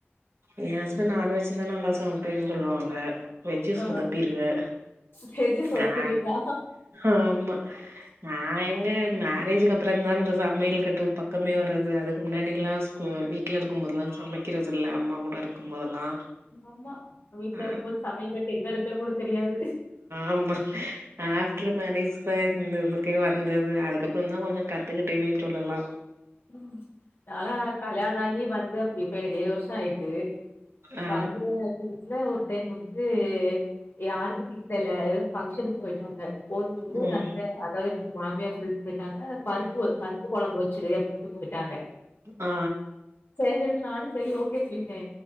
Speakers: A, on the right (about 75°); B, on the left (about 70°).
A: ஏ ஹஸ்பண்ட் நான்வெஜ் தா நல்லா சமப்பேன் சொல்லுவாங்க வெஜ்
B: ஆ
A: சொதப்பிருவே
B: வெஜ் சொதப்பிருவீங்களா
A: அ ஆமா நா எங்க மேரேஜிக்கு அப்றோ தா இந்த சமயல் கட்டு பக்கமே வர்றது அதுக்கு முன்னாடில்லா ஸ்கூ வீட் ட்ல இருக்கு போதெல்லா சமக்கறதில்ல அம்மா கூட இருக்கு போதெல்லா
B: ஆமா வீட்ல
A: ஆ
B: இருக்கு போது சமயல் கட்டு எங்க இருக்குனு கூட தெரியாது
A: ஆமா ஆப்ட்ரு மேரேஜ் தா இந்த இதுக்கே வந்தது அதுக்கப்றோ தா கொஞ்சோ கத்துக்கிட்டேனே சொல்லலா
B: ம் நாளா கல்யாணாகி வந்து இப்ப எனக்கு ஏழு வர்ஷோ ஆயிட்டு
A: ஆ
B: வந்த <unintelligible> வீட்ல ஒரு டைம் வந்துட்டு யாருமே வீட்ல இல்ல எதோ ஃபங்ஷனுக் போயிட்டாங்க போதுபோது
A: ம்
B: அத்த அதாவ்து என்னோட மாமியார் சொல்ட்டு போயிட்டாங்க பருப்பு பருப்பு கொழம்பு வச்சுரு அப்டின்டு போயிட்டாங்க
A: ஆ
B: சேரி சொல்ட்டு நானு சரி ஓகே சொல்லிட்டே